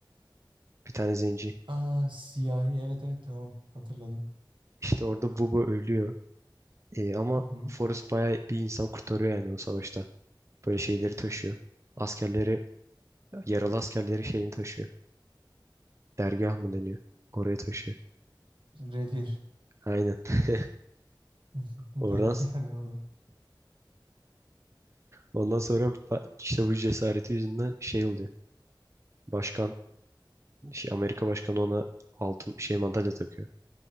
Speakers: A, on the right (about 35°); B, on the right (about 75°).
A: Bir tane zenci.
B: Aa siyahi evet evet tamam hatırladım.
A: İşte orada Buba ölüyor. Ee, ama
B: Hı hı.
A: Forrest bayağı bir insan kurtarıyor yani o savaşta. Böyle şeyleri taşıyor. Askerleri, yaralı askerleri şeyini taşıyor. Dergah mı deniyor? Oraya taşıyor.
B: Revir
A: Aynen. <laughs>
B: <laughs> dergi
A: Oradan
B: ne oğlum.
A: ondan sonra ba- işte bu cesareti yüzünden şey oluyor. Başkan, şey, Amerika başkanı ona altın şey madalya takıyor.